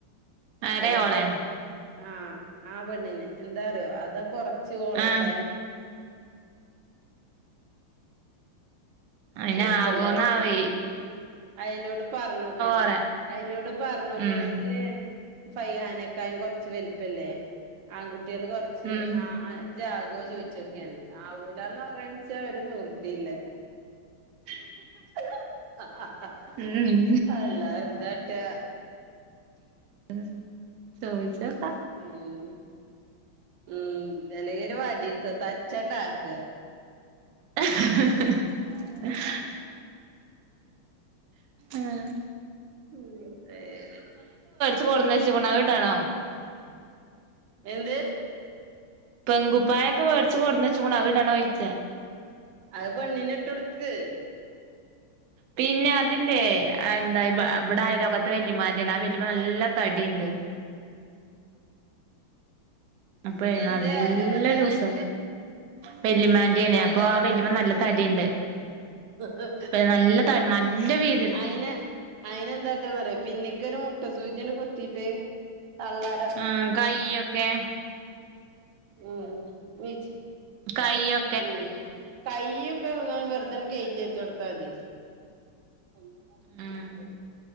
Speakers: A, on the right; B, on the right.
A: ആരെ
B: അത്
A: ഓളെ
B: കൊറ ഉം ആ ആ പെണ്ണിനെ എന്താറിയോ അത് കൊറച്ച് ഓളെക്കായ്
A: ആഹ്
B: കൊറച്ച്
A: അയിന്
B: വലുപ്പല്ലേ
A: ആവോന്നാവെ
B: അത് അയിനോട് പറഞ്ഞോക്ക്
A: പറയാ
B: അയിനോട് പറഞ്ഞോക്ക്
A: ഉം
B: ഇജ്ജ് ഫൈഹനെകായും കൊറച്ച് വലിപ്പല്ലേ ആൺകുട്ടികള് കൊറച്ച്
A: ഉം
B: ആ അ ഇജ്ജ് ആവോ ചോദിച്ചോക്കിയാതി ആവൂലന്ന് പറയാന്നെച്ചാ ഒരു നിവർത്തിയില്ല <unintelligible>
A: ഉം
B: അല്ല എന്താകാട്ടാ
A: ഉം ചോദിച്ചോക്കാം
B: ഉം ഉം ചെലെര് വടിടുത് ത്ത്ച്ഛണ്ടാക്ക
A: <inaudible> ആഹ
B: ഉം ഏജ
A: തൊറന്ന്ച്ച് അത് ഇടണോ
B: എന്ത്
A: പെൺകുപ്പായൊക്കെ മേടച്ച് കൊണ്ടന്ന് വച്ചോകുന്നു അത് ഇടണോ ചോയിച്ച
B: അത് പെണ്ണിനിട്ട് കൊടുക്ക്
A: പിന്നെ അതില്ലേ അ് എന്താ ഇപ ഇവിടെ ആയിലോകത്ത് വെല്യമാൻ്റെ ആ വല്യമാ നല്ല തടിയുണ്ട് അപ്പ
B: എന്ത്
A: നല്ല
B: അയലൊക്കത്തെ
A: ലൂസാ വല്യമ്മ ന്റെ
B: അയലൊക്കത്തെ
A: അപ്പൊ ആ വല്യമ്മ നല്ല തടിയുണ്ട്
B: ആഹ്
A: ഇപ് നല്ല തടി നല്ല വീതിയുള്ള
B: യിന്ന് അയിന് എന്താട്ടാന്നറിയോ പിന്നിക്കന് ഒരു മെട്ടു സൂചിയന്ന് കുത്തിയിട്ട് അന്നേരം
A: ഉം കയ്യൊക്കെ
B: ഉം വിച്ച്
A: കൈയോ
B: ഉം കൈയ്യൊക്കെ നിങ്ങള് വെറുതെന്ന് കേറ്റി വച്ച് കൊടുത്താതി ഉണ്ടട
A: ഉം